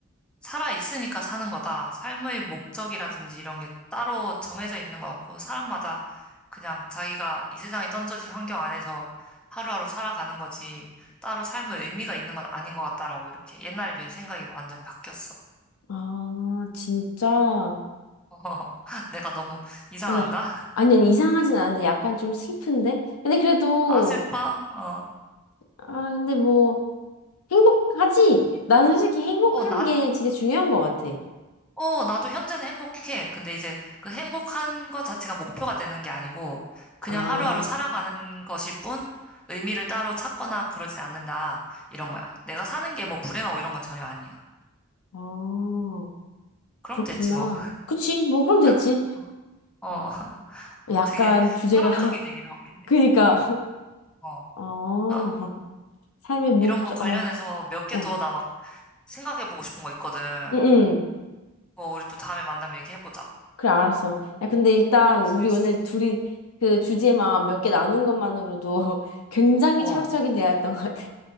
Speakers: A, in the centre; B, on the left.
A: 살아있으니까 사는 거다. 삶의 목적이라든지 이런 게 따로 정해져 있는 것 없고, 사람마다 그냥 자기가 이 세상에 던져진 환경 안에서 하루하루 살아가는 거지, 따로 삶의 의미가 있는 건 아닌 것 같다라고 이렇게 옛날에 비해서 생각이 완전히 바뀌었어.
B: 아, 진짜.
A: <laughs> 내가 너무 이상한가?
B: 어, 야. 아니, 아니, 이상하진 않은데 약간 좀 슬픈데? 근데 그래도,
A: 아, 슬퍼? 어.
B: 아, 근데 뭐, 행복하지? 나는 솔직히 행복한
A: 어, 나,
B: 게 진짜 중요한 것 같아.
A: 어, 나도 현재는 행복해. 근데 이제 그 행복한 것 자체가 목표가 되는 게 아니고 그냥
B: 아,
A: 하루하루 살아가는 것일 뿐 의미를 따로 찾거나 그러진 않는다. 이런 거야. 내가 사는 게 뭐 불행하고 이런 건 전혀 아니야.
B: 어,
A: 그럼
B: 그렇구나.
A: 됐지 뭐.
B: 그치, 뭐, 그럼 됐지.
A: <laughs> 어,
B: 어,
A: 어, <laughs> 어,
B: 약간
A: 되게
B: 주제가,
A: 철학적인
B: <laughs>
A: 얘기를 하고 있네.
B: 그니까,
A: 어, 어.
B: 어,
A: <laughs>
B: 삶의 목적,
A: 이런 거 관련해서
B: 어,
A: 몇 개
B: 어,
A: 더 나 막 생각해보고 싶은 거 있거든.
B: 응, 응.
A: 어, 우리 또 다음에 만나면 얘기해보자.
B: 그래, 알았어. 야, 근데 일단, 우리
A: 재밌었어.
B: 오늘 둘이 그 주제만 몇 개 나눈 것만으로도 <laughs> 굉장히
A: 어,
B: 철학적인 대화였던 것 같아.